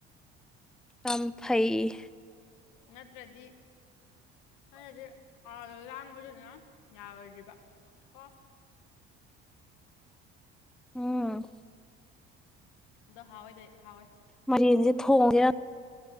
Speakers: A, in the centre; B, on the left.
A: ꯌꯥꯝ ꯐꯩꯌꯦ
B: ꯅꯠꯇ꯭ꯔꯗꯤ ꯅꯇꯗꯤ ꯑꯥꯗ ꯂꯥꯡꯕꯅꯤꯅ ꯌꯥꯔꯣꯏꯗ꯭ꯔꯤꯕ ꯀꯣ
A: ꯎꯝ
B: ꯑꯗꯣ ꯍꯥꯎꯋꯦꯗꯦ ꯍꯥꯎꯋꯦ
A: ꯃꯔꯦꯟꯁꯦ ꯊꯣꯡꯁꯤꯔꯥ